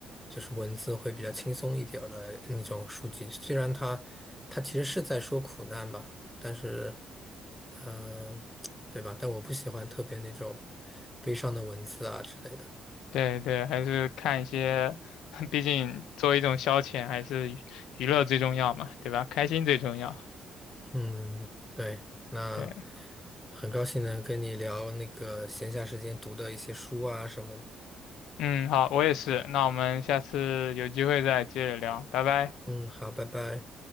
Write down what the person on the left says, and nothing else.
对对，还是看一些，<laughs> 毕竟作为一种消遣，还是娱娱乐最重要嘛，对吧？开心最重要。
对，
嗯，好，我也是。那我们下次有机会再接着聊，拜拜。